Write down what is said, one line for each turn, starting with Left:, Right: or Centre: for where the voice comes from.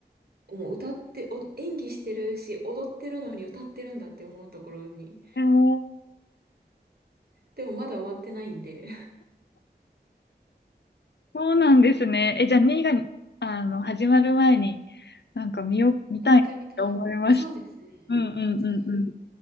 Right: もう歌って、お演技してるし、踊ってるのに歌ってるんだって思うところに、
Left: えー
Right: でもまだ終わってないんで、
Left: そうなんですね。え、じゃあ、2が、あの、始まる前に、なんか見よ、見たいなって思いました。
Right: もう一回見たい。あそうですね。
Left: うんうんうんうん。
Right: 次、